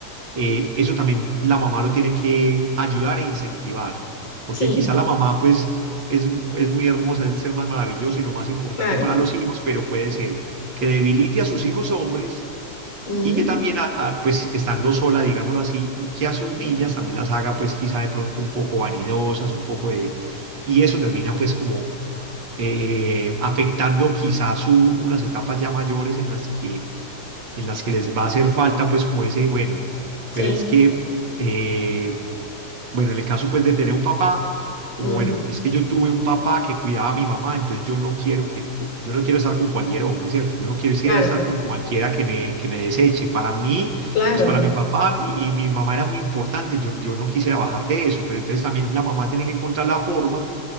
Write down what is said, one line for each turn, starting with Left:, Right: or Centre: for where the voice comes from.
Right: eh, eso también la mamá lo tiene que ayudar e incentivar, porque
Left: sí,
Right: quizá la mamá pues es, es muy hermosa, es el ser más maravilloso y lo más importante
Left: claro.
Right: para los hijos, pero puede ser que debilite a sus hijos hombres
Left: mm,
Right: y que también, a- a, pues estando sola, digámoslo así, y que a sus
Left: Sí,
Right: niñas también las haga, pues quizá de pronto un poco vanidosas, un poco de... Y eso termina pues como eh, afectando quizá su, unas etapas ya mayores en las que, en las que les va a hacer falta pues como ese, bueno, pero
Left: sí,
Right: es que eh, bueno, en el caso pues de tener un papá, como
Left: mm,
Right: bueno, es que yo tuve un papá que cuidaba a mi mamá, entonces yo no quiero que, cu- yo no quiero estar con cualquier hombre, ¿cierto? Yo no quiero ir
Left: claro,
Right: a estar con cualquiera que me, que me deseche. Para mí,
Left: claro,
Right: pues para mi papá mi- y mi mamá era muy importante, yo, yo no quisiera bajar de eso, pero entonces también la mamá tiene que encontrar la forma